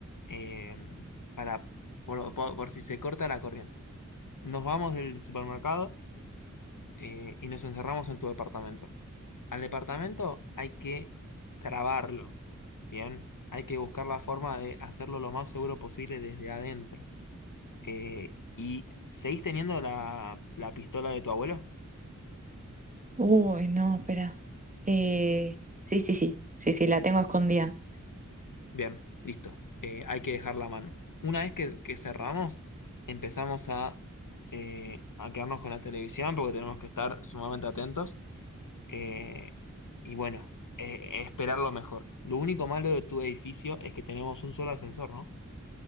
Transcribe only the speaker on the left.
eh, para, por, por- por si se corta la corriente. Nos vamos del supermercado eh, y nos encerramos en tu departamento. Al departamento hay que trabarlo, ¿bien? Hay que buscar la forma de hacerlo lo más seguro posible desde adentro. Eh, ¿y seguís teniendo la, la pistola de tu abuelo?
Bien, listo. Eh, hay que dejar la mano. Una vez que, que cerramos, empezamos a, eh, a quedarnos con la televisión porque tenemos que estar sumamente atentos. Eh, y bueno, eh, esperar lo mejor. Lo único malo de tu edificio es que tenemos un solo ascensor, ¿no?